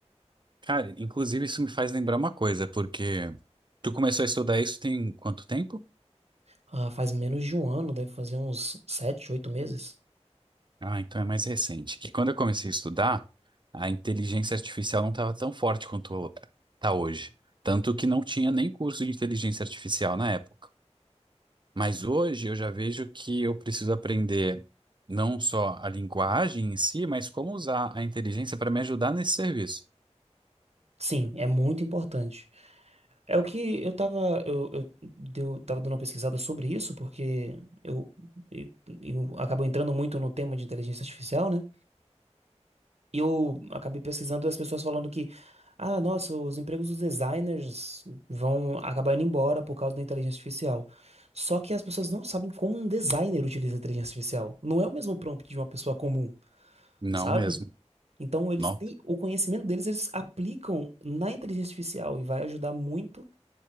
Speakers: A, on the right; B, on the right.
A: cara, inclusive isso me faz lembrar uma coisa, porque tu começou a estudar isso tem quanto tempo?
B: Ah, faz menos de um ano, deve fazer uns sete, oito meses.
A: Ah, então é mais recente. Que quando eu comecei a estudar, a inteligência artificial não estava tão forte quanto está hoje. Tanto que não tinha nem curso de inteligência artificial na época. Mas hoje eu já vejo que eu preciso aprender não só a linguagem em si, mas como usar a inteligência para me ajudar nesse serviço.
B: Sim, é muito importante. É o que eu tava, eu, eu, deu- tava dando uma pesquisada sobre isso, porque eu, eu, eu acabo entrando muito no tema de inteligência artificial, né? E eu acabei pesquisando as pessoas falando que, ah, nossa, os empregos dos designers vão acabar indo embora por causa da inteligência artificial. Só que as pessoas não sabem como um designer utiliza a inteligência artificial. Não é o mesmo prompt de uma pessoa comum,
A: Não
B: sabe?
A: mesmo.
B: Então eles
A: Não.
B: têm o conhecimento deles, eles aplicam na inteligência artificial e vai ajudar muito